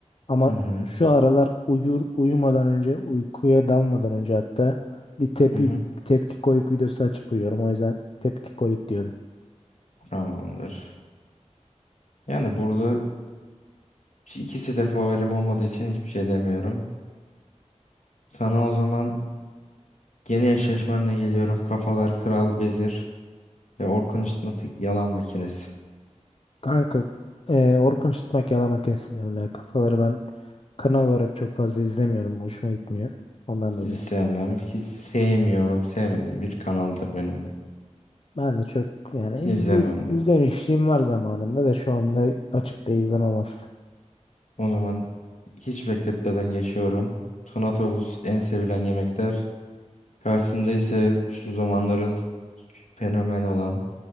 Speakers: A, on the left; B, on the left.
A: Ama
B: Hı hı.
A: şu aralar uyur uyumadan önce uykuya dalmadan önce hatta bir tepki
B: Hı hı.
A: tepki kolik videosu açıp uyuyorum. O yüzden tepki kolik diyorum.
B: Tamamdır. Yani burada ikisi de favorim olmadığı için hiçbir şey demiyorum. Sana o zaman Yeni eşleşmemle geliyorum. Kafalar Kral Vezir ve Orkun Işıtmatik Yalan Makinesi.
A: Kanka e, Orkun Işıtmak Yalama Makinesi diyorum ya. Kafaları ben kanal olarak çok fazla izlemiyorum. Hoşuma gitmiyor. Ondan dolayı.
B: Hiç sevmem. Hiç sevmiyorum. Sevmediğim bir kanaldır benim de.
A: Ben de çok yani izle,
B: İzlemem
A: izlemişliğim
B: de.
A: var zamanında da şu anda açıp da izlemem aslında.
B: O zaman hiç bekletmeden geçiyorum. Tonatovuz en sevilen yemekler. Karşısında ise şu zamanların fenomen olan